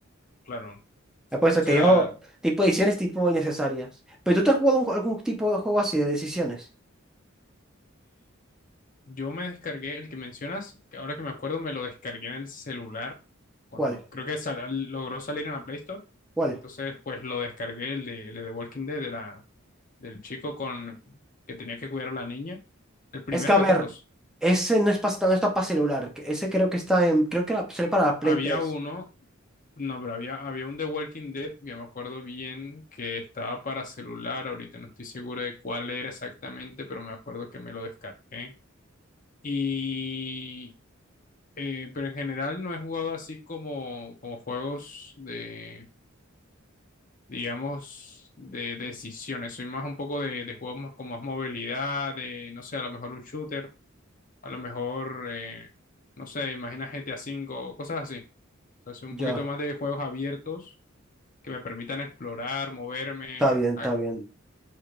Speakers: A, on the left; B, in the centre.
A: Claro, o
B: Apuesto
A: sea,
B: que yo, tipo decisiones tipo innecesarias. Pero tú te has jugado un- algún tipo de juego así de decisiones.
A: Yo me descargué el que mencionas, que ahora que me acuerdo me lo descargué en el celular, cuando
B: ¿Cuál?
A: creo que sal- logró salir en la Play Store.
B: ¿Cuál?
A: Entonces, pues lo descargué, el de, el de The Walking Dead, de la, del chico con, que tenía que cuidar a la niña. El primero
B: Es que, a
A: de
B: ver,
A: todos.
B: ese no, es pa- no está para celular. que Ese creo que está en, creo que era, sale para Play
A: Había
B: tres,
A: uno, no, pero había, había un The Walking Dead, yo me acuerdo bien, que estaba para celular, ahorita no estoy seguro de cuál era exactamente, pero me acuerdo que me lo descargué. Y, Eh, pero en general no he jugado así como, como juegos de, digamos, de decisiones. Soy más un poco de, de juegos más con más movilidad, de, no sé, a lo mejor un shooter, a lo mejor, eh, no sé, imagina GTA cinco cosas así. O sea, soy un
B: Ya,
A: poquito más de juegos abiertos que me permitan explorar, moverme,
B: está bien, está
A: a-
B: bien.